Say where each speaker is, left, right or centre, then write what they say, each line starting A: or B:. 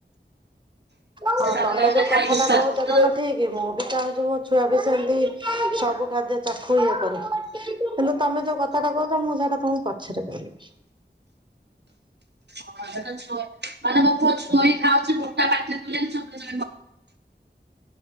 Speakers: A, on the right (about 25°); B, on the right (about 65°).
A: ହଁ
B: ସେ ତାଙ୍କ
A: ତମେ
B: ଟାଇମରେ
A: ଯୋଉ କଥା
B: ଖାଇକି
A: ଟା
B: ତାକୁ
A: କହୁଛ ଧନ ଠିକ୍? ଇଏ ମୁଁ ବି ଚାହୁଁଛି ମୋ ଛୁଆ ବି ସେମିତି ସବୁ ଖାଦ୍ୟ ଚାଖୁ ଇଏ କରୁ। କିନ୍ତୁ ତମେ ଯୋଉ କଥାଟା କହୁଛ ମୁଁ ସେଟା ତମକୁ ପଛରେ କହିବି।
B: ହଁ, ସେଇଟା ଛୁଆ ମାନେ ପୁଅ ଛୁଇଁ ଖାଉଛି ଗୋଟା ପାଟିରେ ପୁରେଇକି ଯୋବେଇ